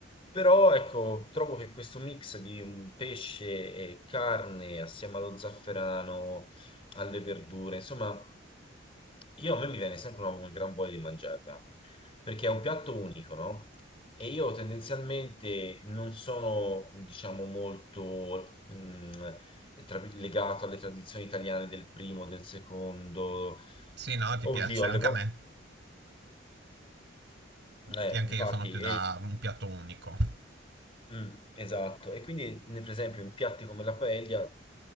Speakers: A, on the left; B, on the right.
A: Però, ecco, trovo che questo mix di un pesce e carne assieme allo zafferano, alle verdure, insomma, io a me mi viene sempre una- un gran voglia di mangiarla, perché è un piatto unico, no? E io tendenzialmente non sono, diciamo, molto mh, tra vir- legato alle tradizioni italiane del primo, del secondo,
B: Sì, no, ti
A: oddio,
B: piace
A: alle
B: anche
A: volte,
B: a me.
A: eh,
B: Sì, anche
A: difatti,
B: io sono più da un piatto unico.
A: Mm, esatto, e quindi ne- per esempio in piatti come la paella